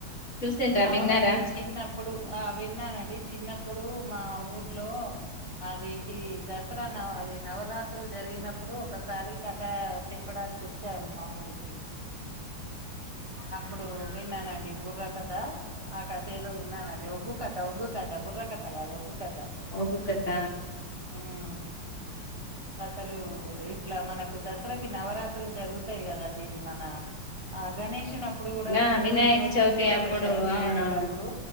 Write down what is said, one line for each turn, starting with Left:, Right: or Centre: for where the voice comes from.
Left: చూసిండ్రా
Right: అవునండి
Left: విన్నారా
Right: చిన్నప్పుడు ఆ విన్నానండి చిన్నప్పుడు మా ఊర్ లో అదేంటి దసరా నవ అది నవరాత్రులు జరిగినప్పుడు ఒకసారి కథ చెప్పడానికి వచ్చారు మా ఊరికి అప్పుడు విన్నానండి బుర్రక థ ఆ కథ ఏదో విన్నానండి ఒగ్గు కథ ఒగ్గు కధా బుర్ర కథ కాదు ఒక్గు క
Left: ఒగ్గు కథ
Right: ఉమ్ కథలు ఇట్లా మనకు దసరాకి నవరాత్రులు జరుగుతాయి కదండి ఇది మన ఆ గణేష్ నప్ ప్పుడు కూడా
Left: ఆ వినాయక
Right: తొమ్మిది రోజులు
Left: చవితి
Right: గు
Left: అప్పుడు
Right: పెడారు వినాయక్
Left: అవునవును
Right: అప్పుడు